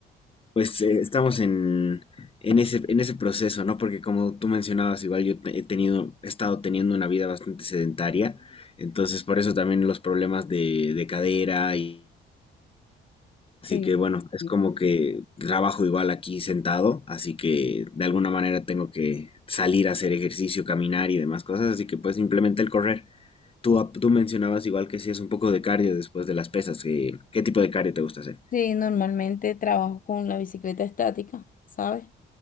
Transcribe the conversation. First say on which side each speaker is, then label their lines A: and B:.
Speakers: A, on the left; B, on the left.
A: Pues eh, estamos en, en ese, en ese proceso, ¿no? Porque como tú mencionabas, igual yo te- he tenido, he estado teniendo una vida bastante sedentaria, entonces por eso también los problemas de, de cadera y... Así
B: Sí,
A: que bueno,
B: sí,
A: es
B: sí.
A: como que trabajo igual aquí sentado, así que de alguna manera tengo que salir a hacer ejercicio, caminar y demás cosas, así que pues simplemente el correr. Tú, ap- tú mencionabas igual que hacías un poco de cardio después de las pesas. ¿Qué, qué tipo de cardio te gusta hacer?
B: Sí, normalmente trabajo con la bicicleta estática, ¿sabes?